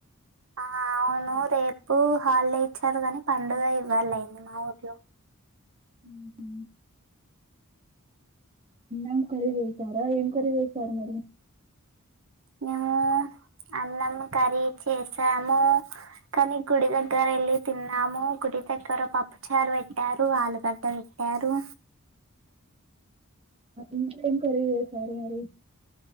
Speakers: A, on the right; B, on the right.
A: ఆ అవును రేపు హాలిడే ఇచ్చారు కాని పండుగ ఇవ్వాలయింది మా ఊర్లో
B: ఉహు ఏం కర్రీ చేశారా ఏం కూరా చేశారు మీరు
A: మేము అన్నం కర్రీ చేసాము కానీ గుడి దగ్గర యెళ్ళి తిన్నాము గుడి దగ్గర పప్పుచారు పెట్టారు ఆలుగడ్డ పెట్టారు
B: ఇంట్ల ఏం కర్రీ చేశారు మరి